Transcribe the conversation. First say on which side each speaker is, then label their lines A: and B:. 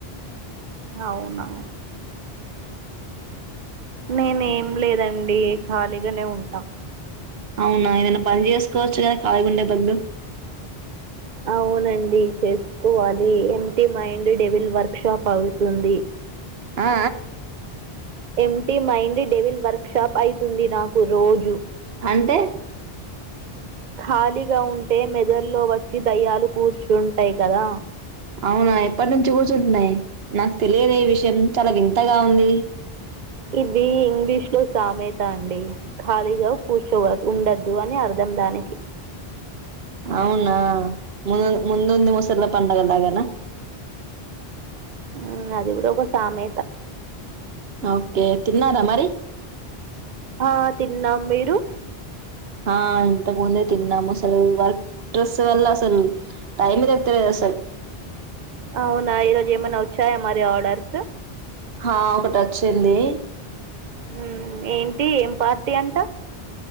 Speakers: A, on the right; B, on the right.
A: అవునవును నేను ఏం లేదండి ఏ ఖాళీగానే ఉంటా
B: అవునా ఏమన్నా పని చేసుకోవచ్చు కదా ఖాళీ గా ఉండే బదులు
A: అవునండి చేసుకోవాలి empty mind devil workshop అవుతుంది
B: ఆ
A: empty mind devil workshop అయితుంది నాకు రోజు
B: అంటే
A: ఖాళీగా ఉంటే మెదల్లో వచ్చి దయ్యాలు కూర్చుంటాయి కదా
B: అవునా ఎప్పటి నుంచి కూర్చుంటున్నాయి నాకు తెలిదే ఈ విషయం చాలా వింతగా ఉంది
A: ఇది ఇంగ్లీష్ లో సామేత అండి ఖాళీగా కూర్చోవ ఉండద్దు అని అర్థం దానికి
B: అవునా ముందు ముందు ఉంది ముసళ్ళ పండగ లాగన
A: మ్మ్ అది కూడా ఒక సామెత
B: ఓకే తిన్నరా మరి
A: ఆ తిన్నాం మీరు
B: ఆ ఇంత ముందే తిన్నాము అసలు వర్క్ స్ట్రెస్ వల్ల అసలు టైం తెలుస్తలేదు అసలు
A: అవునా ఈరోజు ఏమైనా వచ్చాయా మరి ఆర్డర్స్
B: హా ఒకటి వచ్చింది
A: ఉమ్ ఏంటి ఏం పార్టీ అంట